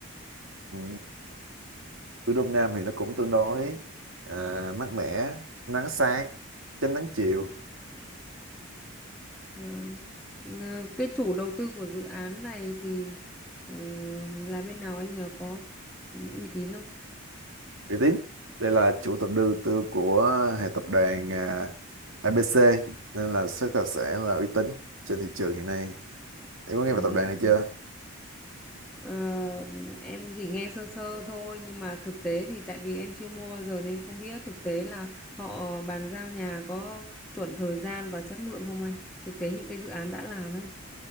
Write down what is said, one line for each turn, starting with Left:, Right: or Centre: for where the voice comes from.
Right: Ừ. Ở Đông Nam thì nó cũng tương đối à, mát mẻ, nắng sáng, tránh nắng chiều,
Centre: vâng Ờ, cái chủ đầu tư của dự án này thì ờ, là bên nào anh nhờ có uy tín không
Right: uy tín. Đây là chủ tập đầu tư của hệ tập đoàn à, ABC nên là rất là sẽ là uy tín trên thị trường hiện nay. Em có nghe
Centre: à,
Right: về tập
Centre: thế
Right: đoàn
Centre: ạ
Right: này chưa?
Centre: Ờ, em chỉ nghe sơ sơ thôi nhưng mà thực tế thì tại vì em chưa mua bao giờ nên không biết thực tế là họ bàn giao nhà có chuẩn thời gian và chất lượng không anh thực tế những cái dự án đã làm ấy